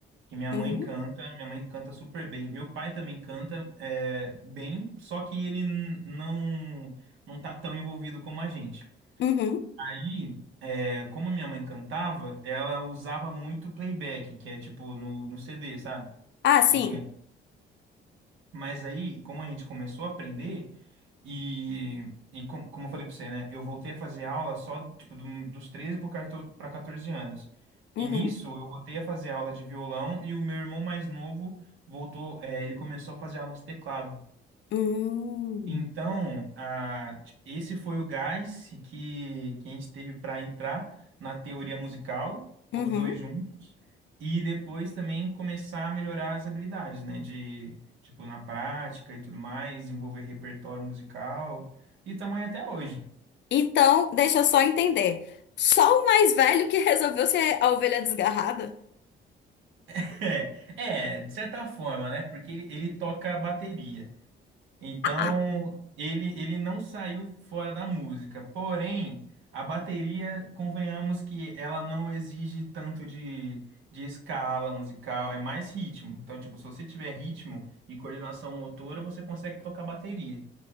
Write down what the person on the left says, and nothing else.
uhum,
uhum.
Ah, sim.
Uhum,
hum,
uhum.
Então, deixa eu só entender. Só o mais velho que resolveu ser a ovelha desgarrada?
Ah,